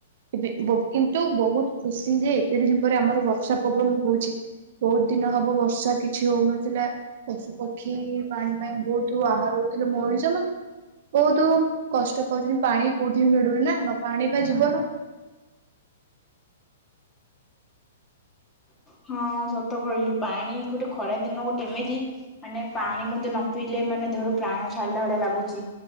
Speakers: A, on the right (about 55°); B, on the left (about 20°).
A: ଏବେ କିନ୍ତୁ ବହୁତ ଖୁସି ଯେ ଏତେ ଦିନ ପରେ ଆମର ବର୍ଷା ପବନ ହଉଛି ବହୁତ ଦିନ ହବ ବର୍ଷା କିଛି ହଉନଥିଲା ପଶୁପକ୍ଷୀ ବାଣୀ ପାଇଁ ବହୁତ ଆହାର ହଉଥିଲେ ମଣିଷ ମାନେ। ବହୁତ କଷ୍ଟ ପାଉଛନ୍ତି ପାଣି କୋଉଠି ବି ମିଳୁନି ନା ନ ପାଣି ବା ଯିବନ
B: ହଁ ସତ କହିଲୁ ପାଣି ଗୋଟେ ଖରା ଦିନ ଗୋଟେ ଏମିତି ମାନେ ପାଣି ମତେ ନ ପିଇଲେ ମାନେ ଦେହରୁ ପ୍ରାଣ ଛାଡିଲା ଭଳିଆ ଲାଗୁଛି।